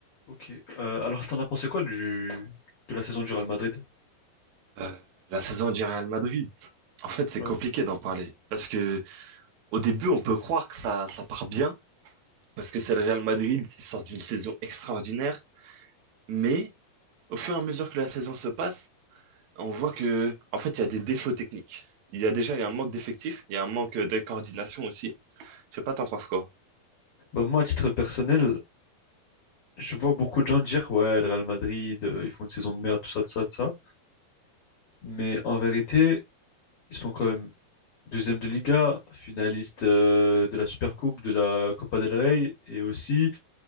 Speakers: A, on the left (about 75°); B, on the right (about 80°).
A: Ok. Euh, alors, t'en as pensé quoi du... de la saison du Real Madrid?
B: Euh, la saison du Real Madrid, en fait, c'est
A: Ouais.
B: compliqué d'en parler parce que au début, on peut croire que ça, ça part bien parce que c'est le Real Madrid, ils sortent d'une saison extraordinaire, mais au fur et à mesure que la saison se passe, on voit que, en fait, il y a des défauts techniques. Il y a déjà, il y a un manque d'effectifs, il y a un manque de coordination aussi. Je sais pas, t'en penses quoi?
A: Bah, moi, à titre personnel, je vois beaucoup de gens dire, ouais, le Real Madrid, euh, ils font une saison de merde, tout ça, tout ça, tout ça. Mais en vérité, ils sont quand même deuxième de Liga, finaliste euh, de la Supercoupe, de la Copa del Rey, et aussi